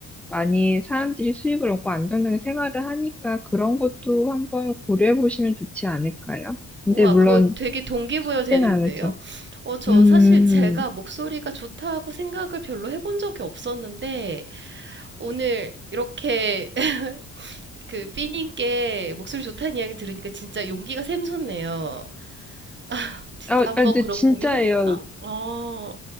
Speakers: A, in the centre; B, on the right.
A: 많이 사람들이 수익을 얻고 안정적인 생활을 하니까 그런 것도 한번 고려해 보시면 좋지 않을까요? 근데
B: 우와,
A: 물론
B: 그거 되게 동기부여
A: 쉽지는
B: 되는데요?
A: 않죠.
B: 어, 저
A: 음.
B: 사실 제가 목소리가 좋다고 생각을 별로 해본 적이 없었는데 오늘 이렇게 <laughs> 그 삐님께 목소리 좋다는 이야기 들으니까 진짜 용기가 샘솟네요. <laughs> 아, 진짜
A: 아, 아,
B: 한번
A: 근데
B: 그런
A: 진짜예요.
B: 고민해볼까? 어,